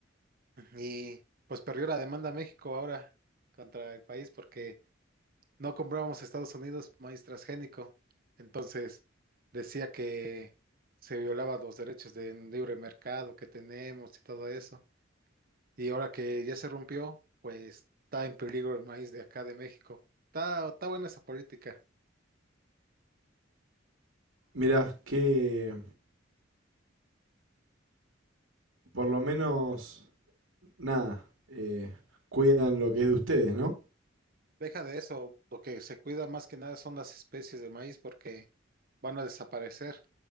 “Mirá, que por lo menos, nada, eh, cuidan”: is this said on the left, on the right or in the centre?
Right